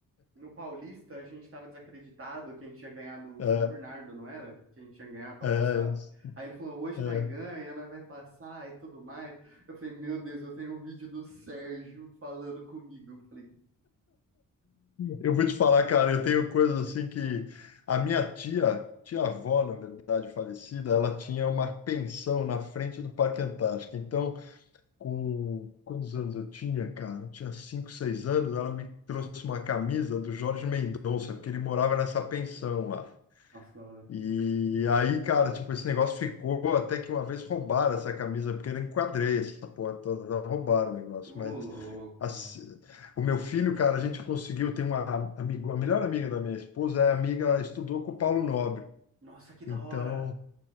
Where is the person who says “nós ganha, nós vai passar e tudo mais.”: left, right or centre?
Right